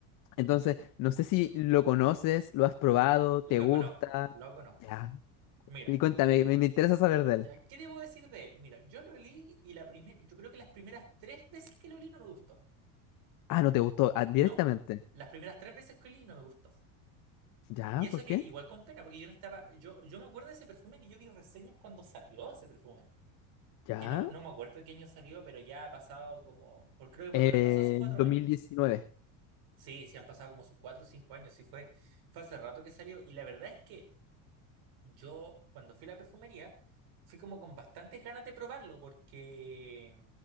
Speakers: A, on the left (about 50°); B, on the right (about 55°).
A: Entonces, no sé si lo conoces, lo has probado,
B: Lo
A: te gusta.
B: conozco, lo conozco.
A: Ya.
B: Mira,
A: Y cuéntame, me, me interesa saber de
B: ya,
A: él.
B: ¿qué debo decir de él? Mira, yo lo leí y la primera, yo creo que las primeras tres veces que lo leí no me gustó.
A: Ah, no te gustó, ah, directamente.
B: No, las primeras tres veces que leí no me gustó.
A: Ya,
B: Y eso
A: ¿por
B: que
A: qué?
B: igual con pena, porque yo no estaba, yo, yo me acuerdo de ese perfume que yo vi reseñas cuando salió ese perfume.
A: Ya.
B: que no, no me acuerdo de qué año salió, pero ya ha pasado como, por, creo que por
A: Eh,
B: lo menos han pasado sus cuatro
A: 2019.
B: años. Sí, sí han pasado como sus cuatro o cinco años, sí fue, fue hace rato que salió. Y la verdad es que yo cuando fui a la perfumería, fui como con bastantes ganas de probarlo, porque,